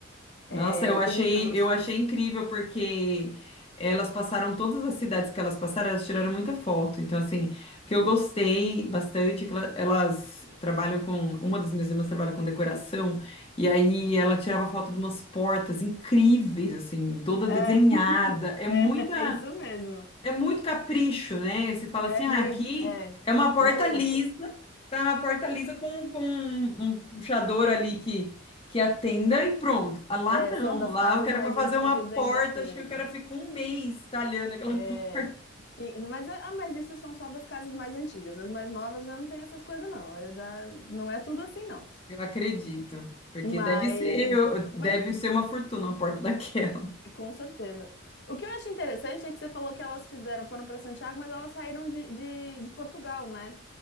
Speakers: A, on the left (about 55°); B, on the left (about 25°).
A: É,
B: Nossa, eu achei,
A: tem uns negócios.
B: eu achei incrível porque elas passaram todas as cidades que elas passaram, elas tiraram muita foto. Então, assim, o que eu gostei bastante é que ela- elas trabalham com, uma das minhas irmãs trabalha com decoração, e aí ela tirava foto de umas portas incríveis, assim, toda
A: É,
B: desenhada. É
A: <laughs>
B: muita
A: é, é isso mesmo.
B: é muito capricho, né? Você fala
A: É
B: assim, ah,
A: muito,
B: aqui
A: é,
B: é uma porta
A: é muito.
B: lisa, tá uma porta lisa com, com um um puxador ali que, que atenda e pronto. Ah, Lá
A: É,
B: não,
A: são das
B: lá
A: casas
B: o cara
A: mais
B: para fazer
A: antigas
B: uma porta,
A: ainda tem.
B: acho que o cara fica um mês talhando aquela
A: É,
B: <laughs> porta.
A: Que- mas, ah, mas isso são só das casas mais antigas. As mais novas já não tem essas coisas, não. Eu já, não é tudo assim, não.
B: Eu acredito, porque
A: Mas,
B: deve ser,
A: mas
B: deve ser uma fortuna a porta daquela.
A: Com certeza. O que eu acho interessante é que você falou que elas fizeram, foram para Santiago, mas elas saíram de, de, de Portugal, né?